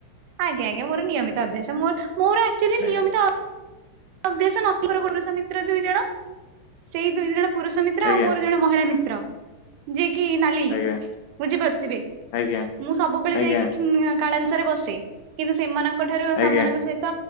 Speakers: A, on the right; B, on the left.
A: ଆଜ୍ଞା ଆଜ୍ଞା ମୋର ନିୟମିତ ଅଭ୍ୟାସ ମୋର ମୋର ଆକ୍ଚୋଲି
B: ଆଜ୍ଞା
A: ନିୟମିତ ଅ ଅଭ୍ୟାସ <unintelligible> ପୁରୁଷ ମିତ୍ର ଦୁଇ ଜଣ ସେଇ ଦୁଇ ଜଣ ପୁରୁଷ ମିତ୍ର
B: ଆଜ୍ଞା
A: ଆଉ ମୋର ଜଣେ ମହିଳା ମିତ୍ର ଯିଏକି ନା ଲି
B: ଆଜ୍ଞା
A: ବୁଝିପାରୁଥିବେ
B: ଆଜ୍ଞା
A: ମୁଁ ସବୁବେଳେ
B: ଆଜ୍ଞା
A: ଯାଇକି ଇଁ କାଳାଂସରେ ବସେ। କିନ୍ତୁ ସେମାନଙ୍କ ଠାରୁ
B: ଆଜ୍ଞା
A: ସେମାନଙ୍କ ସହିତ